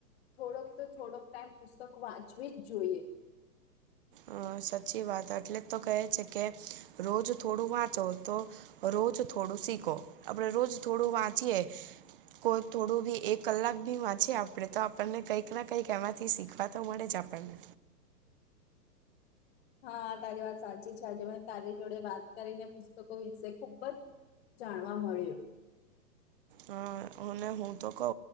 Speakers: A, on the left; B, on the right.
A: થોડોક તો થોડોક ટાઈમ પુસ્તક વાંચવી જ જોઈએ.
B: હા, સાચી વાત એટલે તો કહે છે કે રોજ થોડું વાંચો તો રોજ થોડું શીખો આપણે રોજ થોડું વાંચીએ. કોઈ થોડું બી એક કલાક ભી વાંચી આપડે તો આપણને કંઈક ના કંઈક એમાંથી શીખવા. પા તો મળેજ પણને.
A: હા તારી વાત સાચી છે આજે મે તારી જોડે વાત કરીને પુસ્તકો વિશે ખૂબજ. જાણવા મળ્યું.
B: હ અને હું તો કઉ